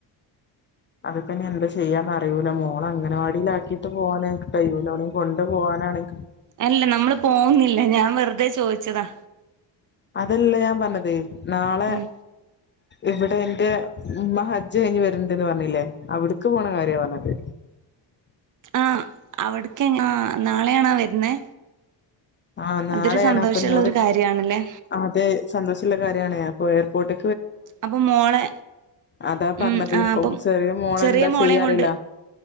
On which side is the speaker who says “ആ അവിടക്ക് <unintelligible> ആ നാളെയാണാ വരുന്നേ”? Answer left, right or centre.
Right